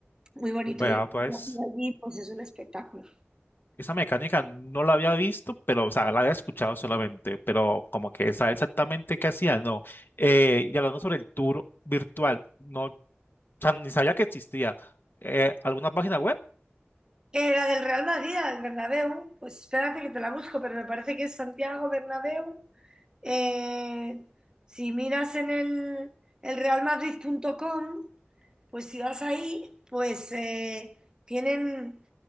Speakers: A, on the right (about 15°); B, on the left (about 50°).
A: muy bonito.
B: Vea,
A: Y allí,
B: pues.
A: pues es un espectáculo.
B: Esa mecánica no la había visto, pero, o sea, la había escuchado solamente, pero como que saber exactamente qué hacía, no. Eh, y hablando sobre el tour virtual, no, o sea, ni sabía que existía. Eh, ¿alguna página web?
A: Eh, la del Real Madrid, la del Bernabéu, pues espérate que te la busco, pero me parece que es Santiago Bernabéu. Eh, si miras en el, el realmadrid.com, pues si vas ahí, pues eh, tienen,